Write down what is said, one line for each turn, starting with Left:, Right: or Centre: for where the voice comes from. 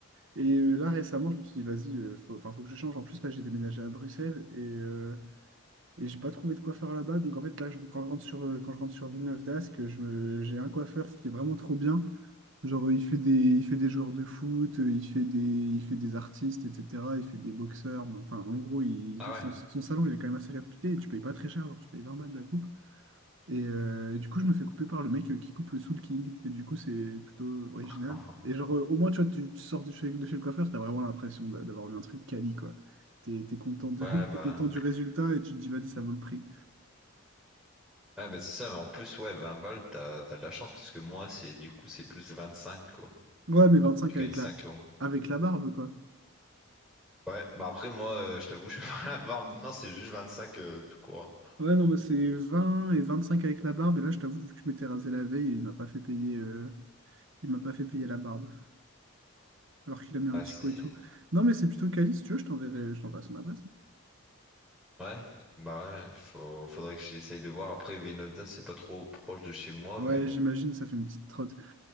Right: Et euh, là, récemment, je me suis dit, vas-y, euh, faut, enfin, faut que je change. En plus, là, j'ai déménagé à Bruxelles et, euh, et j'ai pas trouvé de coiffeur là-bas. Donc, en fait, là, je- quand je rentre sur, euh, quand je rentre sur Villeneuve-d'Ascq, je me- j'ai un coiffeur qui est vraiment trop bien. Genre, euh, il fait des, il fait des joueurs de foot, euh, il fait des, il fait des artistes, etc. Il fait des boxeurs. Enfin, en gros, il-
Centre: Ah ouais?
Right: son, son salon, il est quand même assez réputé. et Tu payes pas très cher, genre, tu payes 20 balles de la coupe. Et, euh, et du coup, je me fais couper par le mec euh, qui coupe le Soul King. Et du coup, c'est plutôt original.
Centre: <laughs>
Right: Et genre, euh, au moins, tu vois, tu, tu sors de chez, de chez le coiffeur, t'as vraiment l'impression d'a- d'avoir vu un truc quali, quoi. T'es, t'es content de,
Centre: Ouais,
Right: <laughs>
Centre: bah.
Right: t'es content du résultat et tu te dis, vas-y, ça vaut le prix.
Centre: Ouais, bah, c'est ça, mais en plus, ouais, 20 balles, t'as, t'as de la chance parce que moi, c'est du coup, c'est plus 25 quoi.
Right: Ouais, mais 25
Centre: Je
Right: avec
Centre: gagne 5
Right: la,
Centre: euros.
Right: avec la barbe, quoi.
Centre: Ouais, bah après, moi, euh, je t'avoue, <laughs> je fais pas la barbe. Non, c'est juste 25 euh, tout court.
Right: Ouais, non, bah, c'est 20 et 25 avec la barbe. Et là, je t'avoue, vu que je m'étais rasé la veille, il m'a pas fait payer, euh, il m'a pas fait payer la barbe. Alors qu'il a mis un
Centre: Ah,
Right: petit
Centre: c'est.
Right: coup et tout. Non, mais c'est plutôt quali, si tu veux, je t'enverrai, je t'enverrai son adresse.
Centre: Ouais, bah ouais, faut- faudrait que j'essaye de voir. Après, Vinota, c'est pas trop proche de chez moi,
Right: Ouais,
Centre: mais bon.
Right: j'imagine, ça fait une petite trotte.